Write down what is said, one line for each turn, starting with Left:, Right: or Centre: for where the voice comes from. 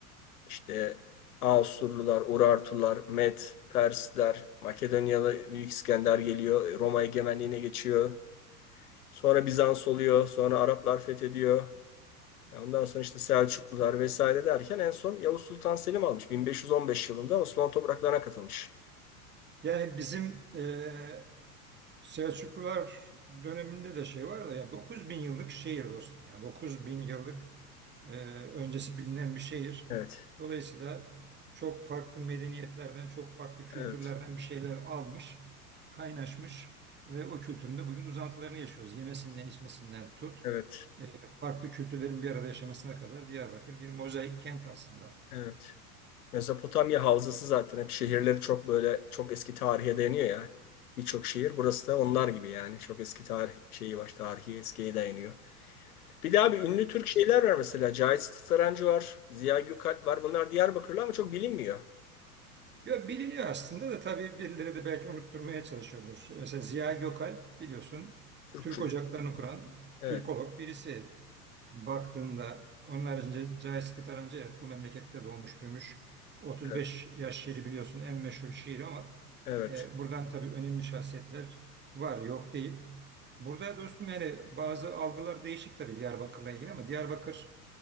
Left: İşte Asurlular, Urartular, Med, Persler, Makedonyalı Büyük İskender geliyor, Roma egemenliğine geçiyor. Sonra Bizans oluyor, sonra Araplar fethediyor. Ya Ondan sonra işte Selçuklular vesaire derken en son Yavuz Sultan Selim almış. 1515 yılında Osmanlı topraklarına katılmış.
Right: Yani bizim e, Selçuklular döneminde de şey var da ya 9000 yıllık şehir dostum ya 9000 yıllık e, öncesi bilinen bir şehir.
Left: Evet,
Right: Dolayısıyla çok farklı medeniyetlerden, çok farklı kültürlerden
Left: evet,
Right: bir şeyler almış, kaynaşmış ve o kültürün de bugün uzantılarını yaşıyoruz. Yemesinden, içmesinden tut,
Left: evet,
Right: e, farklı kültürlerin bir arada yaşamasına kadar Diyarbakır bir mozaik kent aslında.
Left: evet. Mezopotamya havzası zaten hep şehirleri çok böyle çok eski tarihe dayanıyor ya. Birçok şehir burası da onlar gibi yani. Çok eski tarih şeyi var. Tarihi eskiye dayanıyor. Bir de abi ünlü Türk şeyler var mesela. Cahit Sarancı var. Ziya Gökalp var. Bunlar Diyarbakırlı ama çok bilinmiyor.
Right: Ya biliniyor aslında da tabii birileri de belki unutturmaya çalışıyordur. Mesela Ziya Gökalp biliyorsun
Left: Türkçülük.
Right: Türk ocaklarını kuran
Left: Evet.
Right: Türkolog birisi. Baktığında onun haricinde Cahit Sıtkı Tarancı evet bu memlekette doğmuş büyümüş. 35
Left: Evet.
Right: yaş şiiri biliyorsun en meşhur şiir ama
Left: Evet.
Right: e, buradan tabii önemli şahsiyetler var yok değil. Burada dostum yani bazı algılar değişik tabii Diyarbakır'la ilgili ama Diyarbakır